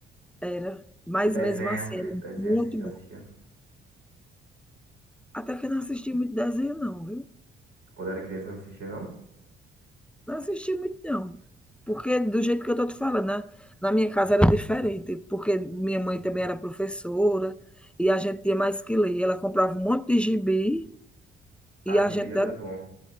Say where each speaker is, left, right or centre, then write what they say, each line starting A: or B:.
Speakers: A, in the centre; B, on the right (about 85°).
A: Era. Mas
B: E desenho.
A: mesmo assim, era
B: Desenho
A: muito
B: assim você
A: bom.
B: assistia.
A: Até que eu não assisti muito desenho, não, viu?
B: Quando era criança eu não assistia, não?
A: Não assisti muito, não. Porque do jeito que eu tô te falando, né? Na minha casa era diferente, porque minha mãe também era professora e a gente tinha mais que ler. Ela comprava um monte de gibi e
B: Ah,
A: a
B: de
A: gente,
B: Bio é bom.